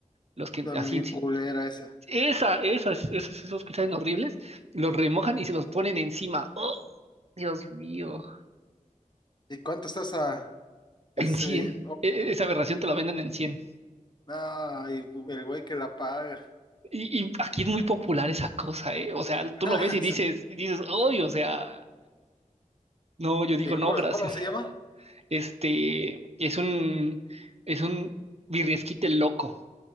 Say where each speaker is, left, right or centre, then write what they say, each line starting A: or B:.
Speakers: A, on the right; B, on the left.
A: los que
B: Dame
A: así,
B: mi
A: sí,
B: culera esa.
A: Esa, esas, esos, esos que saben horribles, los remojan y se los ponen encima. Oh, Dios mío.
B: ¿Y cuánto estás a ese?
A: En 100. E- e- Esa aberración te la venden en 100.
B: Ay, el güey que la paga.
A: Y, y aquí es muy popular esa cosa, ¿eh? O sea, tú
B: <laughs>
A: lo ves y dices,
B: Sí.
A: y dices, ¡ay! O sea, no, yo digo,
B: ¿Y cómo,
A: no, gracias.
B: cómo se llama?
A: Este, es un, es un birriesquite loco.